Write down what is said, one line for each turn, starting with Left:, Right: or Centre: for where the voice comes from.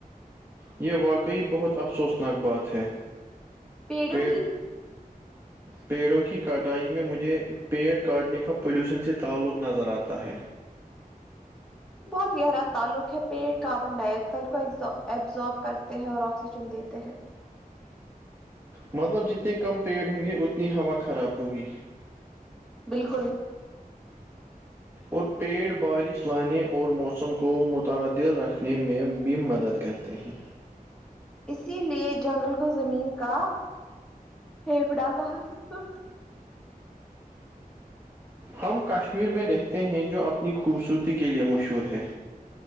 Right: یہ واقعی بہت افسوسناک بات ہے
Centre: پیڑوں
Right: پیٹ
Centre: <unintelligible>
Right: پیڑوں کی کٹائی میں مجھے پیڑ کاٹنے کا پولیوشن سے تعلق نظر آتا ہے
Centre: بہت گہرا تعلق ہے پیڑ کاربن ڈائی آکسائڈ کو ایبزارب کرتے ہیں اور آکسیجن دیتے ہیں
Right: مطلب جتنے کم پیڑ ہوں گے اتنی ہوا خراب ہوگی
Centre: بالکل
Right: اور پیڑ بارش لانے اور موسم کو متعدر رکھنے میں بھی مدد کہتے ہیں
Centre: اسی لیے جنگل کو زمین کا پھیپڑا کہا جاتا
Right: ہم کشمیر میں رہتے ہیں جو اپنی خوبصورتی کے لیے مشہور ہے